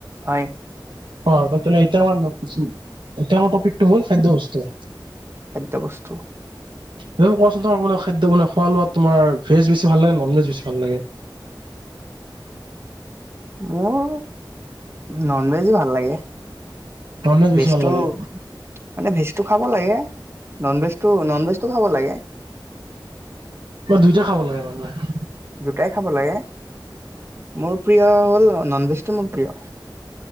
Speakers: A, on the right; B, on the right.
A: হয়।
B: অ তেন্তে এতিয়া আমাৰ এতিয়া আমাৰ টপিক টো হল খাদ্য বস্তু।
A: খাদ্যবস্তু।
B: কোৱাচোন তোমাৰ খাদ্য মানে খোৱা লোৱা তোমাৰ ভেজ বেছি ভাল লাগে নন ভেজ বেছি ভাল লাগে,
A: মোৰ নন ভেজে ভাল লাগে
B: নন ভেজ বেছি
A: ভেজটো,
B: ভাল লাগে
A: মানে ভেজটো খাব লাগে নন ভেজ টো নন ভেজ টো খাব লাগে।
B: বা দুইটা খাব লাগে মানে মানুহে।
A: দুটাই খাব লাগে, মোৰ প্ৰিয় হ'ল ননভেজটো মোৰ প্ৰিয়।